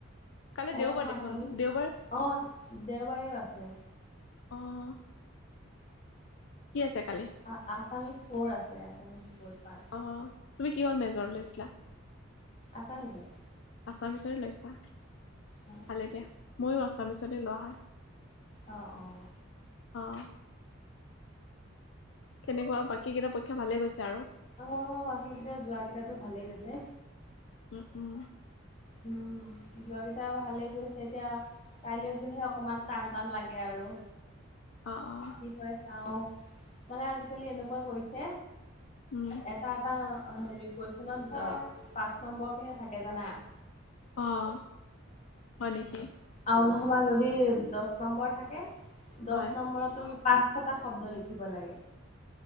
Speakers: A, on the left; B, on the left.
A: কালি
B: কাইলৈ
A: দেওবাৰ
B: মোৰ আছামীজ,
A: দেখোন দেওবাৰ
B: অঁ! দেওবাৰেও আছে।
A: অঁ। কি আছে কালি?
B: অঁ! অঁ! আসামিজ ফ'ৰ আছে, আছামিজ পেপাৰ।
A: অঁ! তুমি কিহত মেজৰ লৈছিলা?
B: আছামিজত।
A: আচামিজে লৈছা!
B: অ
A: ভালে দিয়া, ময়ো আছামিজতে লোৱা হয়।
B: অঁ অঁ।
A: অঁ। কেনেকুৱা, বাকী কেইটা পৰীক্ষা ভালে গৈছে আৰু?
B: অঁ! অঁ! বাকী কেইটা, যোৱা কেইটা টো ভালে গৈছে।
A: উম উম।
B: উম! যোৱা কেইটা ভালে গৈছে, এতিয়া। কাইলৈটোহে অকমান টান-টান লাগে আৰু।
A: অঁ! অঁ।
B: কৈ চাওঁ, মানে আজিকালি এনেকুৱা কৰিছে
A: উম
B: এটা এটা, হেৰি, কুৱেশ্যনত পাঁচ নম্বৰকেহে থাকে জানা!
A: অঁ। হয় নেকি!
B: আৰু নহ'বা যদি দহ নম্বৰ থাকে, দহ
A: হয়
B: নম্বৰত তুমি পাঁচ। এশটা শব্দ লিখিব লাগে।